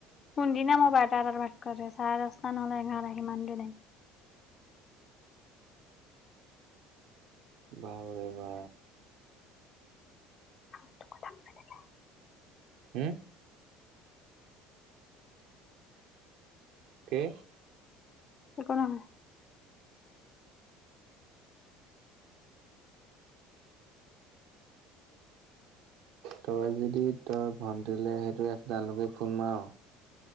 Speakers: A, on the left; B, on the right.
A: কোনদিনা মই বাৰটা এটাত ভাত চাৰে দস্তা নহলে এঘাৰটা সিমানটো টাইম
B: বা ৰে বা
A: ফাল্টু কথা কৈ থাকে।
B: হো কি
A: একো নহয়।
B: তই আজি। কি তই ভণ্টিলে, তই তালে ফোন মাৰ।